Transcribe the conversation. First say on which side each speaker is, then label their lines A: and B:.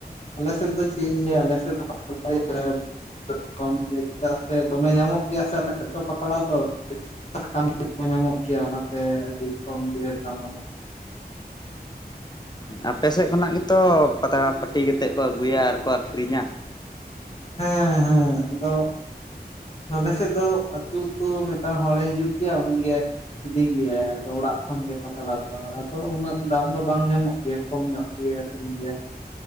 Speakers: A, on the left; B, on the left.
A: ᱟᱞᱮ ᱥᱮᱫ ᱫᱚ ᱪᱮᱫ ᱤᱧ ᱞᱟᱹᱭᱟ ᱟᱞᱮ <unintelligible> ᱠᱚᱢ ᱛᱮ ᱮᱫᱟᱜ ᱥᱮ ᱫᱚᱢᱮ ᱧᱟᱢᱚᱜ ᱜᱮᱭᱟ ᱥᱮ ᱟᱞᱮ ᱥᱮᱫ ᱫᱚ ᱯᱟᱛᱲᱟ ᱫᱚ᱾ ᱥᱟᱠᱟᱢ ᱛᱮᱫ ᱦᱚᱸ ᱧᱟᱢᱚᱜ ᱜᱮᱭᱟ ᱚᱱᱟᱛᱮ ᱟᱹᱰᱤ ᱠᱚᱢ ᱜᱮ ᱥᱮᱫ
B: ᱟᱯᱮ ᱥᱮᱫ ᱠᱷᱚᱱᱟᱜ ᱜᱮᱛᱚ ᱯᱟᱛᱲᱟ ᱯᱟᱹᱴᱤ ᱠᱟᱛᱮᱫ ᱠᱚ ᱟᱹᱜᱩᱭᱟ ᱟᱨᱠᱚ ᱟᱹᱠᱷᱨᱤᱧᱟ᱾
A: ᱦᱮᱸ ᱦᱮᱸ ᱟᱫᱚᱼᱼ ᱟᱞᱮ ᱥᱮᱫ ᱫᱚ ᱟᱹᱛᱩ ᱟᱹᱛᱩ ᱢᱤᱫᱴᱟᱝ ᱦᱚᱲᱮ ᱦᱤᱡᱩᱜ ᱜᱮᱭᱟ ᱩᱱᱤᱜᱮᱼᱼ ᱤᱫᱤ ᱜᱮᱭᱟᱭ ᱟᱫᱚ ᱚᱲᱟᱜ ᱠᱷᱚᱱ ᱜᱮ ᱯᱟᱛᱲᱟ ᱫᱚ ᱟᱫᱚ ᱩᱱᱟᱹᱜ ᱫᱟᱢ ᱫᱚ ᱵᱟᱝ ᱧᱟᱢᱚᱜ ᱜᱮᱭᱟ ᱠᱚᱢ ᱧᱚᱜᱼᱼ ᱤᱭᱟ ᱟᱹᱠᱷᱨᱤᱧ ᱜᱮᱭᱟ